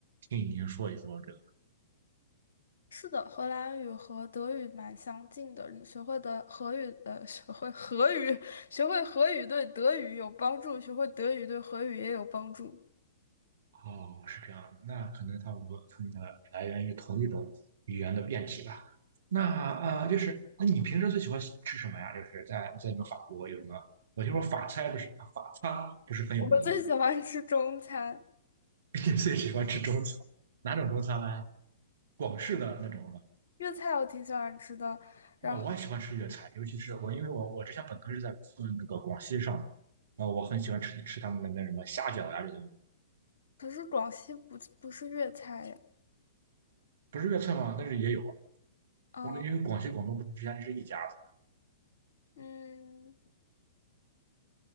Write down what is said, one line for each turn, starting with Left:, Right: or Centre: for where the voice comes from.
Right: 听一听说一说这个。
Left: 是的，荷兰语和德语蛮相近的。你学会的荷语，呃，学会荷语，<laughs> 学会荷语对德语有帮助，学会德语对荷语也有帮助。
Right: 哦，是这样，那可能他们他们的来源于同一种语言的变体吧。那啊，就是那你平时最喜欢吃什么呀？就是在在你们法国有什么？我听说法餐不是法餐不是很有名吗，
Left: 我最喜欢吃中餐，
Right: <laughs> 你最喜欢吃中餐，哪种中餐呢？广式的那种吗？
Left: 粤菜我挺喜欢吃的。然后，
Right: 哦，我也喜欢吃粤菜，尤其是我，因为我我之前本科是在嗯那个广西上的，然后我很喜欢吃吃他们的那边什么虾饺呀这些东西。
Left: 可是广西不不是粤菜呀。
Right: 不是粤菜吗？但是也有啊。
Left: 啊，
Right: 我们因为广西广东不是之前是一家子
Left: 嗯，